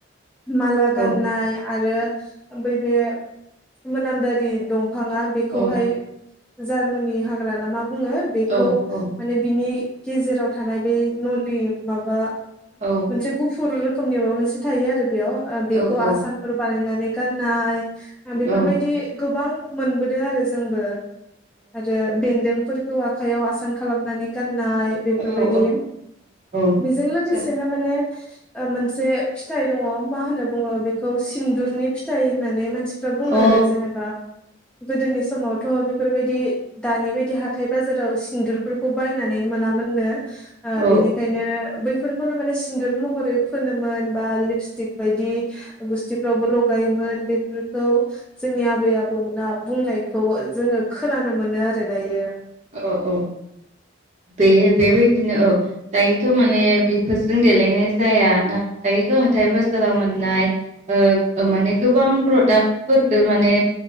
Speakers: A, in the centre; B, on the right (about 35°).
A: माला
B: औ
A: गाननाय आरो बै बे मानदारि दं फाङा बेखौहाय
B: औ
A: जार्मनि हाग्रा ना मा बुङो बेखौ
B: औ औ
A: माने बिनि गेजेराव थानाय बे नुलि माबा
B: औ
A: मोनसे गुफुर रोखोमनि माबा मोनसे थायो आरो बेयाव ओ बेखौ
B: औ
A: आसानफोर बानायनानै गाननाय बेफोरबायदि
B: औ
A: गोबां मोनबोदों आरो जोंबो आरो बेन्दोंफोर खौ आखाइयाव आसान खालामनानै गान नाय बेफोरबायदि
B: औ औ औ
A: बेजों लोगोसेनो
B: जों
A: माने मोनसे फिथाइ दङ मा होनना बुङो बेखौ सिन्दुरनि फिथाइ होननानै मानसि फ्रा बुङो
B: औ
A: आरो जेनेबा गोदोनि समावथ' बेफोरबायदि दानि बायदि हाथाइ बाजाराव सिन्दुरफोरखौ बायनानै मोनामोननो ओ
B: औ
A: बेनिखायनो बै फोरखौनो माने सिन्दुर महरै फोनोमोन बा लिपस्टिक बायदि गुस्थिफ्रावबो लगायोमोन बे खौ जोंनि आबै आबौमोना बुंनायखौ जोङो खोनानो मोनो आरो दायो।
B: औ - औ बे बेबायदिनो औ दायोथ' माने बेफोरजों देलायनाय जाया दायोथ' हाथाय - बाजाराव मोननाय ओ माने गोबां प्रडाक्टफोरबो माने